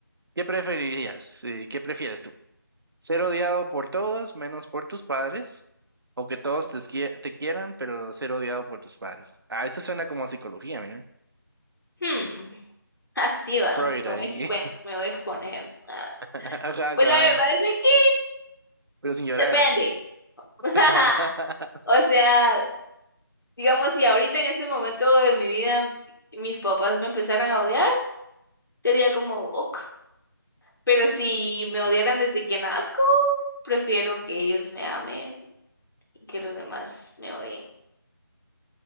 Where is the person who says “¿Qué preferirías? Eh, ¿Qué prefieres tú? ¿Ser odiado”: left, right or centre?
Right